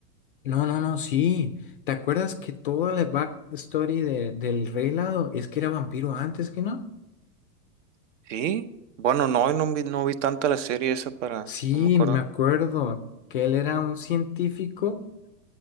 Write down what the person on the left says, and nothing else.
No, no, no, sí. ¿Te acuerdas que toda la backstory de, del Rey Helado es que era vampiro antes que no?
Sí,
me acuerdo que él era un científico.